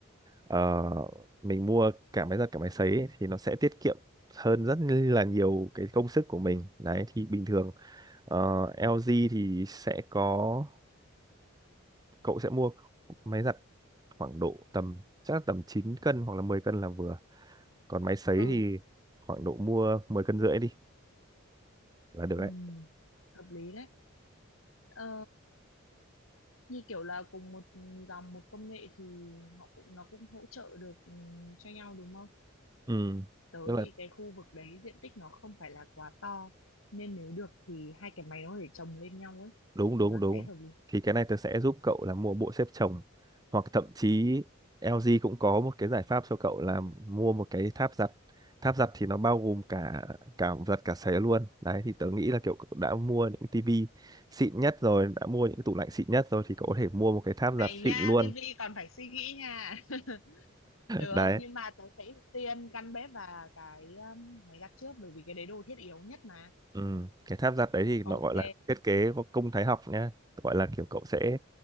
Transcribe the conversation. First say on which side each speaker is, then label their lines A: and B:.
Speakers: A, on the right (about 20°); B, on the left (about 80°).
A: Ờ, mình mua cả máy giặt cả máy sấy ấy, thì nó sẽ tiết kiệm hơn rất là nhiều cái công sức của mình đấy thì bình thường ờ, LG thì sẽ có cậu sẽ mua máy giặt khoảng độ tầm chắc là tầm 9 cân hoặc là 10 cân là vừa còn máy sấy
B: ừ
A: thì khoảng độ mua 10 cân rưỡi đi là được
B: ừm,
A: đấy
B: hợp lý đấy ờ, như kiểu là cùng một dòng một công nghệ thì họ cũng nó cũng hỗ trợ được ừm, cho nhau đúng không
A: ừ.
B: tớ
A: tức là
B: thì cái khu vực đấy diện tích nó không phải là quá to nên nếu được thì hai cái máy nó để chồng lên nhau ấy
A: đúng đúng
B: thì nó
A: đúng
B: sẽ hợp lý
A: thì cái này tớ sẽ giúp cậu là mua bộ xếp chồng hoặc thậm chí LG cũng có một cái giải pháp cho cậu là mua một cái tháp giặt tháp giặt thì nó bao gồm cả cả giặt cả sấy luôn đấy thì tớ nghĩ là kiểu cậu đã mua những tivi xịn nhất rồi đã mua những tủ lạnh xịn nhất rồi thì cậu có thể mua một cái tháp
B: này
A: giặt xịn
B: nha
A: luôn
B: tivi còn phải suy nghĩ nha <laughs> Được,
A: <laughs> đấy
B: nhưng mà tớ sẽ ưu tiên căn bếp và cái um, máy giặt trước bởi vì cái đấy đồ thiết yếu nhất mà.
A: ừ. cái tháp giặt đấy thì nó
B: Ok,
A: gọi là thiết kế có công thái học nhá gọi là kiểu cậu sẽ